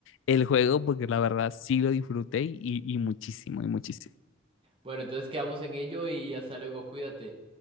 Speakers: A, on the left (about 65°); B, on the right (about 25°).
A: el juego porque la verdad sí lo disfruté y, y muchísimo, y muchísimo.
B: Bueno, entonces quedamos en ello y hasta luego, cuídate.